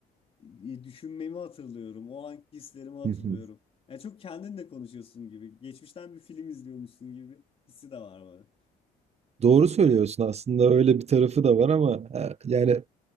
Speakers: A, on the left (about 35°); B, on the right (about 40°).
A: e, düşünmemi hatırlıyorum. O anki hislerimi hatırlıyorum.
B: hı hı.
A: Yani çok kendinle konuşuyorsun gibi. Geçmişten bir film izliyormuşsun gibi hissi de var bana.
B: Doğru söylüyorsun aslında öyle bir tarafı da var ama e, yani